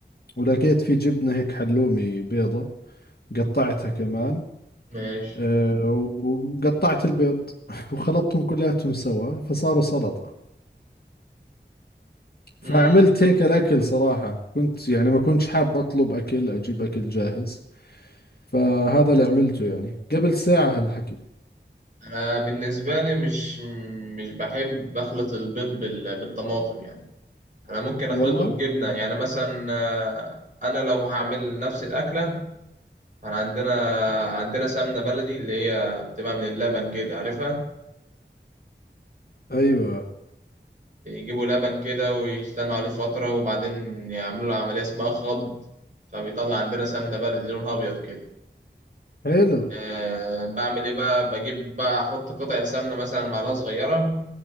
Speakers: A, on the left; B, on the right.
A: ولقيت في جبنة هيك حلومي بيضة قطعتها كمان
B: ماشي
A: آه، وقطعت البيض <laughs> وخلطتهم كلياتهم سوا فصاروا سلطة
B: مم.
A: فعملت هيك الأكل صراحة كنت يعني ما كنتش حاب أطلب أكل أجيب أكل جاهز فهذا اللي عملته يعني قبل ساعة هالحكي
B: أنا بالنسبة لي مش مش بحب أخلط البيض بال- بالطماطم يعني انا ممكن اخلطه
A: والله
B: بجبنه يعني مثلا آه، انا لو هعمل نفس الاكله انا عندنا عندنا سمنه بلدي اللي هي بتبقى من اللبن كده عارفها
A: أيوة
B: يجيبوا لبن كده ويستنوا عليه فتره وبعدين يعملوا له عمليه اسمها خض فبيطلع عندنا سمنه بلدي لونها ابيض كده
A: حلو
B: أه بعمل ايه بقى بجيب بقى احط قطعه سمنه مثلا معلقه صغيره